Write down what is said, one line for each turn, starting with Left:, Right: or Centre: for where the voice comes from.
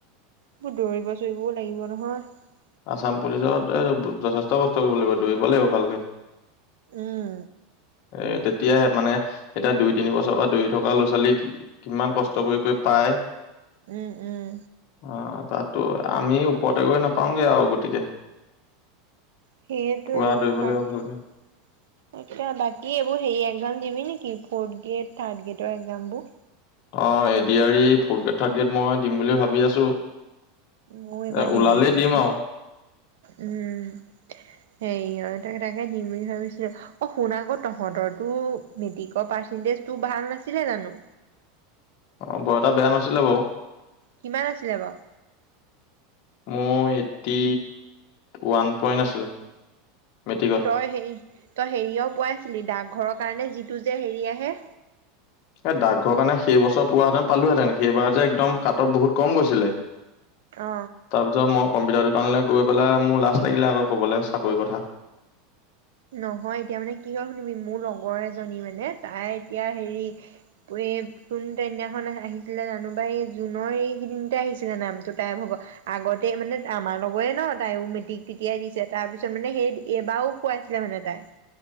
Right: এইবোৰ দৌৰিব চৌৰিবও লাগিব নহয় <unintelligible>
Left: আছাম পুলিচত যথেষ্ট কষ্ট কৰিব লাগিব, দৌৰিব লাগিব ভালকে।
Right: উম,
Left: অ তে। তেতিয়াহে মানে এতিয়া দুই তিন বছৰ পৰা দৌৰি থকা ল'ৰা-ছোৱালী কিমান কষ্ট কৰিকৈ পায়।
Right: উম, উম,
Left: অ তাত ত' আমি ওপৰতে গৈ নাপাওঁ পাওঁগে আও গতিকে
Right: সেইটোৱেই
Left: পুৰা দৌৰিব
Right: ন বাকী
Left: লাগিব ভালকে।
Right: এয়া, বাকী এইবোৰ হেৰি একজাম দিবি নেকি? কি ফৰ্থ গ্ৰেড, থাৰ্ড গ্ৰেডৰ এক্জামবোৰ
Left: অৱ এডয়াৰি ফৰ্থ গ্ৰেড থাৰ্ড গ্ৰেড মই দিম বুলি ভাবি আছো।
Right: মইও এইবা
Left: এ
Right: দিম
Left: ওলালেই
Right: নেকি?
Left: আৰু
Right: উম হে তাকে দিম বুলি ভাবিছিল অ শুনা আকৌ তহঁতৰো মেট্ৰিক পাৰ্চেন্টেজটো ভাল নাছিলে জানোঁ?
Left: অ বৰ এটা বেয়া নাছিলে বাওঁ।
Right: কিমান আছিলে বাওঁ
Left: মোৰ এইতটি ওৱান পইন্ট আছিলে। মেট্ৰিকত
Right: তই সেই তই হেৰিয়াও পোৱাইছিলি ডাকঘৰৰ কাৰণে যিটো যে হেৰি আহে
Left: এই ডাকঘৰ কাৰণে সেই বছৰ পোৱাহেঁতেন পালোহেতেন সেইবাৰ যে একদম কাটপ বহুত কম গৈছিলে ।
Right: অ
Left: তাৰপিছত মই কম্পিউটাৰ দোকানলে গৈ পেলাই মোৰ লাজ লাগিলে আকৌ ক'বলৈ চাকৰি কথা ।
Right: নহয় এতিয়া মানে কিয় শুনিৱি মোৰ লগৰ এজনী মানে তাই এতিয়া হেৰি এই কোন তেইদিনাখন আহিছিলে জানোবা এই জুনৰ এইকেইদিনতে আহিছিলে নামটো তাইৰ ভাগৰ আগতে মানে আমাৰ লগৰে ন তাইও মেট্ৰিক তেতিয়াই দিছে তাৰপিছত মানে সেই এইবাৰো খুৱাইছিলে মানে তাই